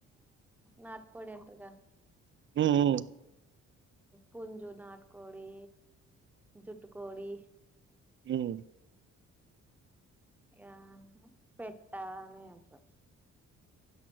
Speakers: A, in the centre; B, on the right.
A: నాట్ కోడి అంటర్గా
B: ఊ ఊ
A: పుంజు, నాటుకోడి, జుట్టు కోడి
B: ఉమ్
A: ఆ పెట్టా అనే అంట్రు